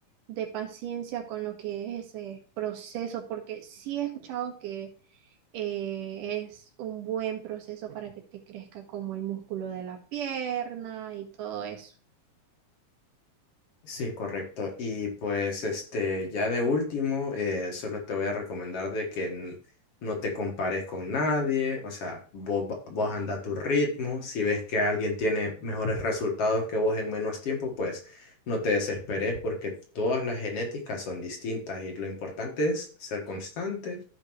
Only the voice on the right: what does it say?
de paciencia con lo que es ese proceso, porque sí he escuchado que eh, es un buen proceso para que te crezca como el músculo de la pierna y todo eso.